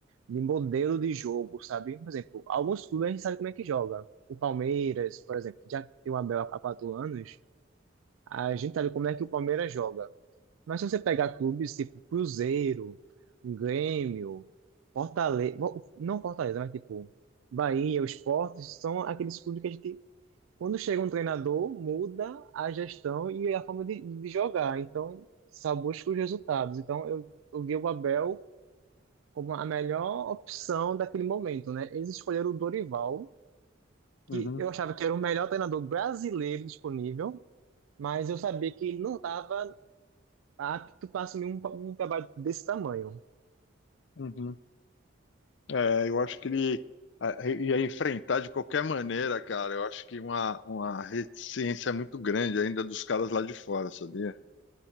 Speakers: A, on the right; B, on the left.
A: de modelo de jogo, sabe? Por exemplo, alguns clubes a gente sabe como é que joga. O Palmeiras, por exemplo, já tem o Abel há há quatro anos, a gente sabe como é que o Palmeiras joga. Mas se você pegar clubes tipo Cruzeiro, Grêmio, Fortaleza, não Fortaleza, mas tipo Bahia, o Sport, são aqueles clubes que a gente, quando chega um treinador, muda a gestão e a forma de, de jogar. Então, só busca os resultados. Então, eu, eu vi o Abel como a melhor opção daquele momento, né? Eles escolheram o Dorival, que
B: uhum,
A: eu achava que era o melhor treinador brasileiro disponível, mas eu sabia que ele não estava apto para assumir um, um trabalho desse tamanho.
B: uhum. É, eu acho que ele ah, ia enfrentar de qualquer maneira, cara. Eu acho que uma, uma reticência muito grande ainda dos caras lá de fora, sabia?